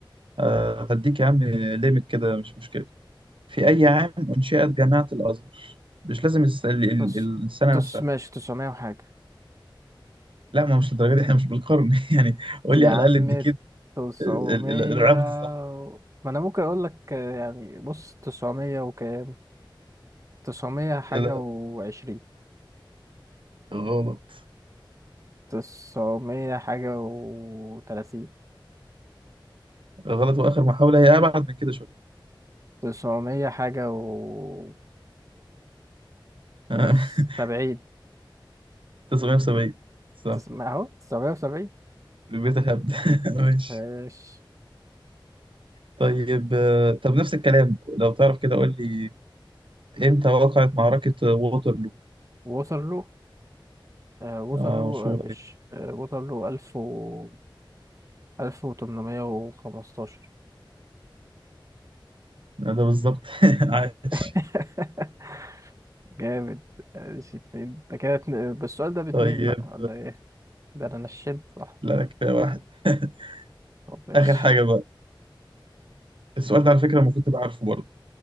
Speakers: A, on the right; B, on the right.
A: آه، هديك يا عم ليميت كده مش مشكلة في أي عام أنشئت جامعة الأزهر مش لازم الس- ال- ال-
B: تس
A: ال- السنة
B: تس
A: نفسها
B: ماشي تسعمية وحاجة
A: لا ما مش للدرجة دي احنا مش بالقرن <laughs> يعني قول
B: يا
A: لي على
B: عم
A: الأقل الديكيد
B: تسعمية
A: ال- ال- العقد صح
B: و- ما أنا ممكن أقول لك آه، يعني بص تسعمية وكام تسعمية حاجة
A: لا
B: وعشرين
A: غلط
B: تسعمية حاجة وتلاتين
A: غلط وآخر محاولة هي أبعد من كده شوية
B: تسعمية حاجة و
A: <laughs>
B: وسبعين
A: 1970 صح
B: تسعمية أهو تسعمية وسبعين
A: البيت الهبد <laughs> ماشي
B: ماشي
A: طيب آه، طب نفس الكلام لو تعرف كده قول لي امتى وقعت معركة ووترلو
B: ووصل له آه، وصل
A: اه
B: له
A: مشهورة
B: آه، مش
A: ايه
B: آه، وصل له ألف و ألف وتمنمية وخمستاشر
A: ده بالظبط <laughs> عاش
B: <laughs> جامد ماشي اتنين ده كده اتنين- بس السؤال ده باتنين
A: طيب
B: بقى ولا ايه ده انا نشنت صح
A: لا كده واحد <laughs>
B: طب ماشي
A: آخر حاجة بقى السؤال ده على فكرة المفروض تبقى عارفه برضه